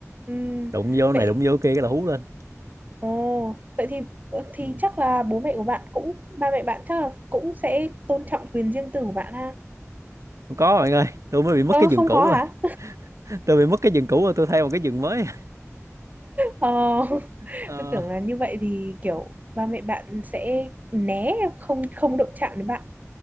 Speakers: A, on the right (about 30°); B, on the right (about 70°).
A: Ừm,
B: đụng vô
A: vậy
B: này đụng vô kia cái là hú lên
A: ồ vậy thì ờ, thì
B: Ừ.
A: chắc là bố mẹ của bạn cũng ba mẹ bạn chắc là cũng sẽ tôn trọng quyền riêng tư của bạn ha
B: không có bạn ơi tôi mới bị mất
A: Ờ,
B: cái
A: không
B: giường cũ
A: có hả?
B: rồi <laughs> tôi bị mất cái giường cũ rồi tôi thay một cái giường mới
A: Ờ, <laughs>
B: Ờ,
A: tôi tưởng là như vậy thì kiểu ba mẹ bạn sẽ né không không động chạm đến bạn